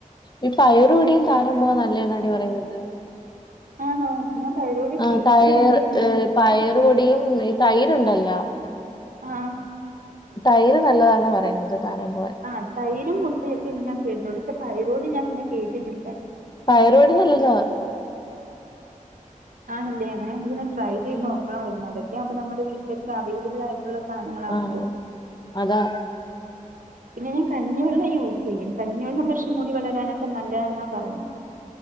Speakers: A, on the left; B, on the right.
A: ഈ പയറു പൊടി താരന് നല്ലന്നാടി പറയുന്നത്
B: ആണോ ഞാൻ തൈറോയ്ഡ്
A: ആ
B: ഫേസിലൊന്നും
A: തയർ
B: ഉപയോഗിക്കുന്നില്ല
A: ഏ
B: പക്ഷേ
A: പയർ പൊടിയും തൈര്ണ്ടല്ലോ
B: ആഹ
A: തൈര് നല്ലതാണ പറയുന്നത് താരം പോ
B: ആ് തൈരും മുട്ടയക്ക ഇന്നൻ കേടുന്നു പക്ഷെ തൈരോട് ഞാൻ അങ്ങനെ കേട്ടിട്ടില്ല
A: പയറുപൊടി നല്ലതാ
B: ആണല്ലേ അങ്ങനെയാണെങ്കിൽ ട്രൈ ചെയ്ത്
A: ഉം
B: നോക്കണമായിരരുന്നു അതൊക്കെയുമ്പോ നമ്മുടെ വീട്ടിലെപ്പ അവൈലബിൾ ആയി ള്ള സാധനങ്ങളാണല്ലോ
A: ആഹ് അതാ
B: പിന്നെ ഞാൻ കഞ്ഞിവെള്ളം യൂസ് ചെയ്യും കഞ്ഞിവെള്ളം പക്ഷമുടി വളരാനൊക്കെ നല്ലത എന്നാ പറയുന്നത്